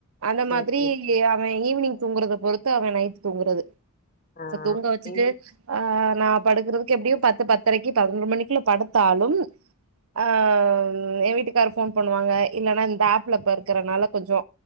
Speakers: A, on the right (about 70°); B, on the left (about 40°).
A: அந்த
B: சேரி
A: மாதிரி
B: சேரி
A: அவன் ஈவினிங் தூங்குறத பொறுத்து அவன் நைட் தூங்குறது
B: ஆ
A: சோ தூங்க வச்சுட்டு
B: டெய்
A: ஆஹ் நா படுக்கறதுக்கு எப்டியும் பத்து பத்தரைக்கு பதினொரு மணிக்குல படுத்தாலும் ஆஹ் என் வீட்டுக்காரு போன் பண்ணுவாங்க இல்லன்னா இந்த ஆப்லப்ப இருக்கறனால கொஞ்சோ